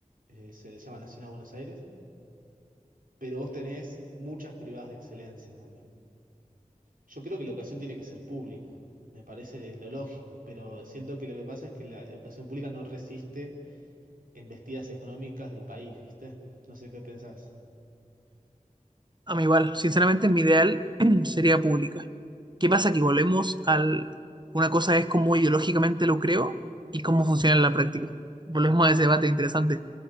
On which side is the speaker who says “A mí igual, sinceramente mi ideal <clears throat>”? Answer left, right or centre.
Right